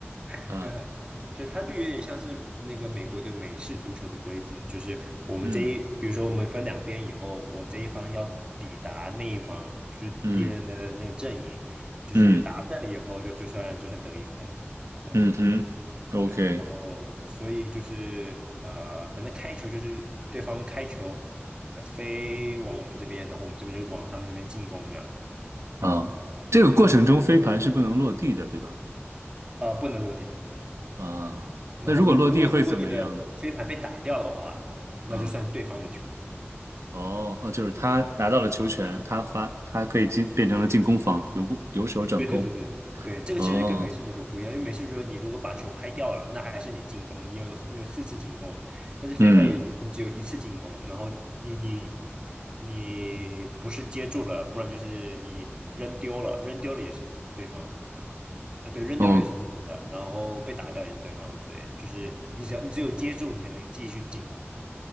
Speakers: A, on the right; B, on the right.
A: <laughs>
B: 啊，
A: 所以它就有点像是那个美国的美式足球的规则，就是我们这一，
B: <laughs> 嗯
A: 比如说我们分两边以后，我这一方要抵达那一方，就是敌人的那个阵营，
B: 嗯
A: 就是打阵了以后就就算就算得一分，
B: 嗯
A: 这样
B: 嗯嗯哼。OK，
A: 对，然后所以就是呃，反正开球就是对方开球呃飞往我们这边，然后我们这边就往他们那边进攻这样，
B: 啊，这个过程中飞盘是不能落地的，
A: 对，
B: 对吧？
A: 呃，不能落地的，对。
B: 啊，
A: 然后如如果如果你的飞盘被打掉的话，
B: 那如果落地会怎么样呢？
A: 那就算对方的球。
B: 啊，哦，哦，就是他拿到了球权，他发，他可以进，变成了进攻方，由有手守转攻。
A: 对对对对对，这个其实跟美式足球不一样，
B: 哦，
A: 因为美式足球你如果把球拍掉了，那还是你进攻，你有你有四次进攻，但是飞盘也就只有一次进攻，
B: 嗯，
A: 然后你你你不是接住了，不然就是你扔丢了，扔丢了也是对方的吧？呃，对，扔丢了也是对方的，
B: 哦，
A: 然后被打掉也是对方的，对，就是你只要你只有接住，你才能继续进攻。